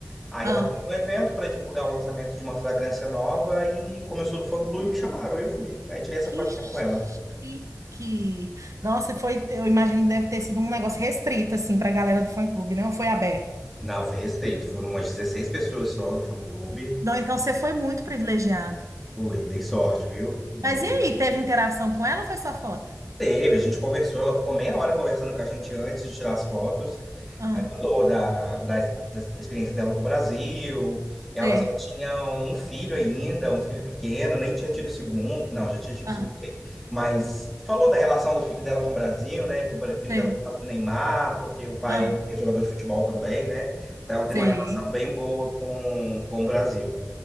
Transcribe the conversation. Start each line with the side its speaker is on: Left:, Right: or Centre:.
Centre: Aí
Right: ah,
Centre: ela fez um evento para divulgar o lançamento de uma fragrância nova e começou do fã-clube e me chamaram. Eu fui. Aí tirei essa
Right: que
Centre: fotinha
Right: chique.
Centre: com ela.
Right: Nossa, foi, eu imagino que deve ter sido um negócio restrito, assim, para a galera do fã-clube, né? Ou foi aberto?
Centre: Não, foi restrito. Foram umas 16 pessoas só do fã-clube.
Right: Não, então você foi muito privilegiado.
Centre: Ui, dei sorte, viu? Nem
Right: Mas
Centre: me...
Right: e aí, teve interação com ela ou foi só foto?
Centre: Teve, a gente conversou, ela ficou meia hora conversando com a gente antes de tirar as fotos.
Right: Ah,
Centre: Aí falou da, da, ex- da experiência dela com o Brasil. Ela
Right: sei.
Centre: só tinha um filho ainda, um filho pequeno, nem tinha tido o segundo. Não, já tinha tido
Right: Ah,
Centre: o segundo, sei. Mas falou da relação do filho dela com o Brasil, né? Que o filho
Right: sei.
Centre: dela gostava do Neymar, porque o pai
Right: Ah,
Centre: é jogador de futebol também, né? Então tem
Right: sei.
Centre: uma relação bem boa com, com o Brasil.